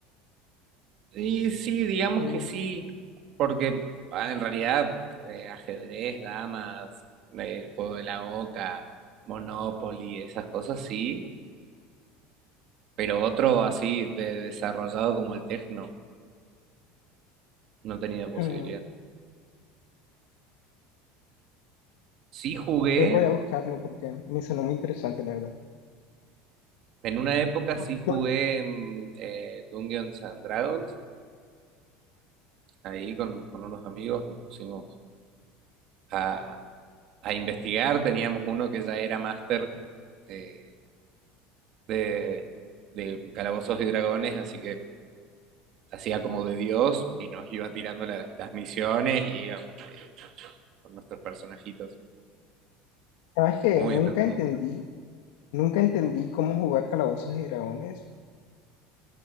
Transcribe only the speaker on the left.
Uf,
hmm,
creo que voy a buscarlo porque me sonó muy interesante, la verdad.
Por-
por-
Sabes que
nunca
entendí Nunca entendí cómo jugar Calabozos y Dragones.